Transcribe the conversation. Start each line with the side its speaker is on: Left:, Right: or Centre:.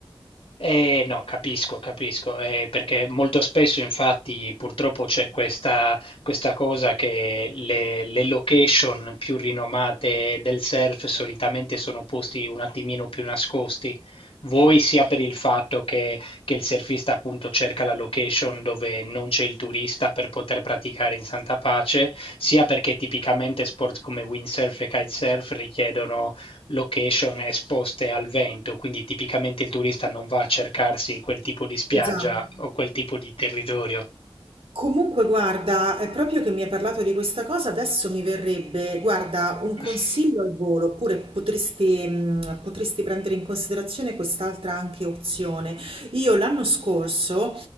Left: Eh, no, capisco, capisco, eh, perché molto spesso infatti purtroppo c'è questa, questa cosa che le, le location più rinomate del surf solitamente sono posti un attimino più nascosti. Voi sia per il fatto che, che il surfista appunto cerca la location dove non c'è il turista per poter praticare in santa pace, sia perché tipicamente sport come windsurf e kitesurf richiedono location esposte al vento, quindi tipicamente il turista non va a cercarsi quel tipo di spiaggia
Right: Esatto.
Left: o quel tipo di territorio.
Right: Comunque, guarda, è proprio che mi hai parlato di questa cosa, adesso mi verrebbe, guarda, un consiglio
Left: <laughs>
Right: al volo, oppure potresti, mh, potresti prendere in considerazione quest'altra anche opzione. Io l'anno scorso,